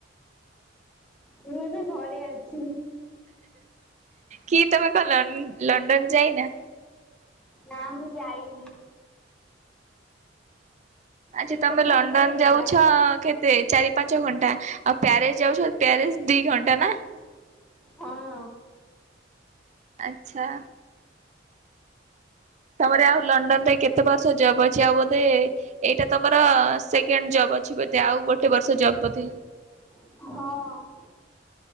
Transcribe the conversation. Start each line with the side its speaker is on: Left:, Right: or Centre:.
Centre: ମୁଁ ଏବେ ଘରେ ଅଛି।
Right: କି ତମେ କଣ ଲନ ଲଣ୍ଡନ ଯାଇନା?
Centre: ନା ମୁଁ ଯାଇନି।
Right: ଆଛା
Centre: ଟିକେଟ
Right: ତମେ ଲଣ୍ଡନ
Centre: କ୍ୟାନସଲ ହେଇଗଲା।
Right: ଯାଉଛ କେ ରେ ଚାରି ପାଞ୍ଚ ଘଣ୍ଟା ଆଉ ପ୍ୟାରେସ୍ ଯାଉଛ ପ୍ୟାରେସ ଦି ଘଣ୍ଟା ନା?
Centre: ହଁ।
Right: ଆଚ୍ଛା। ତମର ଆଉ ଲଣ୍ଡନ ରେ କେତେ ବର୍ଷ ଜବ ଅଛି ଆଉ ବୋଧେ ଏଇଟା ତମର ସେକେଣ୍ଡ ଜବ୍ ଅଛି ବୋଧେ। ଆଉ ଗୋଟେ ବର୍ଷ ଜବ ବୋଧେ।
Centre: ହଁ।